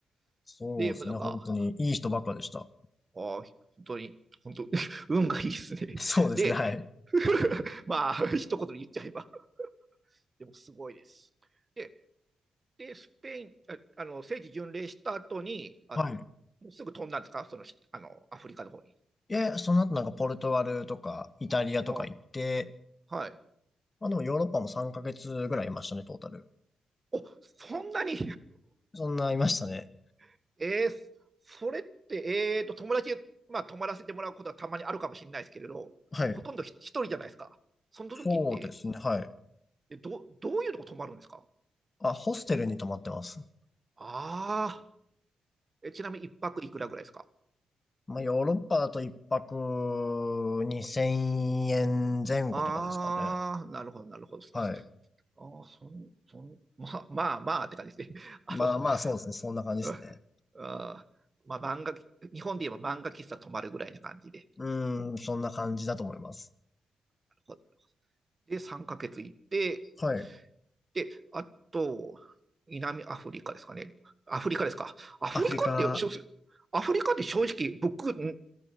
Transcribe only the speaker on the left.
そうですね、
本当にいい人ばっかでした。
<laughs> そうですね、
はい。
はい。
で、その後なんかポルトガルとかイタリアとか行って、
まあでもヨーロッパも3ヶ月ぐらいいましたね、トータル。
そんないましたね。
はい。
そうですね、はい。
あ、ホステルに泊まってます。
まあヨーロッパだと1泊2000円前後とかですかね。
はい。
まあまあそうですね、
そんな感じですね。
うーん、そんな感じだと思います。
はい。
アフリカ、
あ